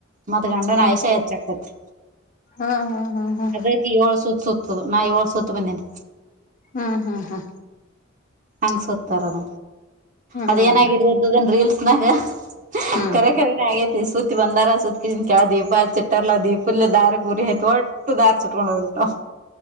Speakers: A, on the right; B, on the left.
A: ಮತ್ ಗಂಡನ್
B: ಓ
A: ಆಯುಷಾ ಹೆಚ್ಚಾಗತತಿ
B: ಹಾ ಹಾ ಹಾ ಹಾ
A: ಅದಕ್ಕೆ ಏಳು ಸೂತ ಸುತ್ತುದು ನಾ ಏಳು ಸೂತ್ತ ಬಂದೇನೆ
B: ಹ್ಮ್ ಹ್ಮ್ ಹಾ
A: ಹಂಗ್ ಸತಾರದ ಅದೇನಾಗಿರದದು
B: ಹ್ಮ್ ಹ್ಮ್
A: ಅದುನ್ ರೀಲ್ಸ್ನಾಗ ಹಾ
B: ಹ್ಮ್
A: ಕರೆ ಕರೆನೆ ಅಗೇತಿ ಸುತಿ ಬಂದಾರ ಸುತಿ ಕೆಳಗ್ ದೀಪ ಚಿಟ್ಟರ್ಲ್ಲ ದೀಪಲ್ಲ ದಾರಿ ಪೂರ್ತಿ ಟ್ಟು ದಾರಸಟ್ಕೊಂಡ ಹೋಗ್ಬಿಟ್ಟು